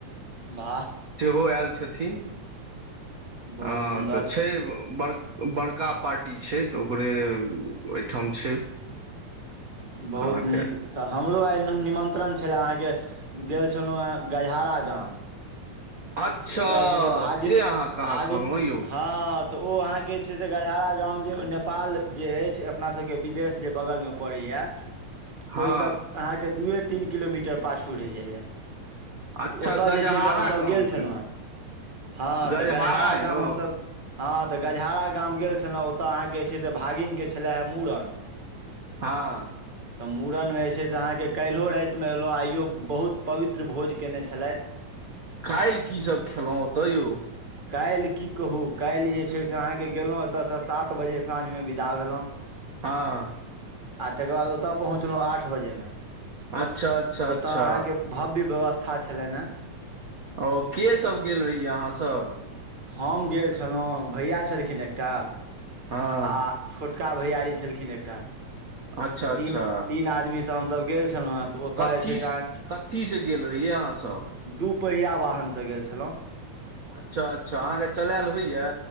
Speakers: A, on the right; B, on the right.
A: वाह
B: सेहो आयल छथिन हँ
A: बहुत सुन्दर
B: तऽ छै बड़ बड़का पार्टी छै तऽ ओकरे ओहिठाम छै
A: बहुत
B: अहाँके
A: नीक तऽ हमरो आइ निमंत्रण छले अहाँके गेल छलहु हे गजहारा गाम
B: अच्छा
A: तऽ ओतय जे छै से भागिन
B: अहाँ कहाँ
A: भागिन
B: कहलहुँ यौ
A: हँ तऽ ओ अहाँके जे छै से गजराा गाम जे ओ नेपाल जे अछि अपना सबके विदेश जे बगलमे परैया ओहि
B: हँ
A: सँ अहाँ के दू तीन किलोमीटर पाछू रहै जाइया त
B: अच्छा
A: ओतय
B: गजहारा
A: जे छै से हमसभ
B: गामके
A: गेल छलहुँ हेँ हँ
B: गजहारा
A: तऽ गजराा गाम
B: यौ
A: हमसभ हँ तऽ गजहारा गाम गेल छलहुँ ओतऽ अहाँके जे छै से भागिनके छलए हे मूड़न
B: हँ
A: तऽ मूड़नमे जे छै से अहाँके काल्हिो रातिमे अयलहुँ आइयो बहुत पवित्र भोज कयने छलथि
B: काल्हि की सब खेलहुं ओतय यौ
A: काल्हि की कहू काल्हि जे छै से अहाँके गेलहुँ एतयसँ सात बजे साँझमे विदा भेलहुँ
B: हँ
A: आ तकर बाद ओतऽ पहुँचलहुँ आठ बजेमे
B: अच्छा अच्छा अच्छा
A: ओतय अहाँके भव्य व्यवस्था छले ने
B: ओ के सब गेल रहियै अहाँ सब
A: हम गेल छलहुँ भैया छलखिन एकटा
B: हँ
A: आ छोटका भैयारी छलखिन एकटा
B: अच्छा
A: तऽ
B: अच्छा
A: तीन तीन आदमी से हमसभ गेल छलहुँ हेँ तऽ ओतय
B: कथीसँ
A: जे छै से अहाँ
B: कथीसँ गेल रहियै अहाँसभ
A: दू पहिया वाहनसँ गेल छलहुँ
B: अच्छा अच्छा अहाँके चलायल होइया